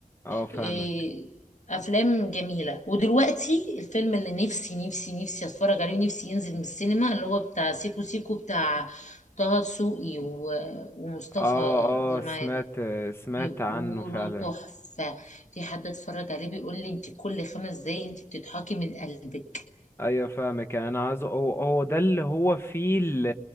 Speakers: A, on the left; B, on the left.
A: اه فاهمك
B: إيه، افلام جميله ودلوقتي الفيلم اللي نفسي نفسي نفسي اتفرج عليه ونفسي ينزل من السينما اللي هو بتاع سيكو سيكو بتاع طه دسوقي و- ومصطفى
A: اه اه
B: اللي
A: سمعت
B: معايا ده
A: سمعت
B: بيقولوا
A: عنه فعلا
B: تحفه في حد اتفرج عليه بيقول لي انت كل خمس دقايق انت بتضحكي من قلبك
A: ايوه فاهمك يعني انا عايزه هو هو ده اللي هو فيه ال-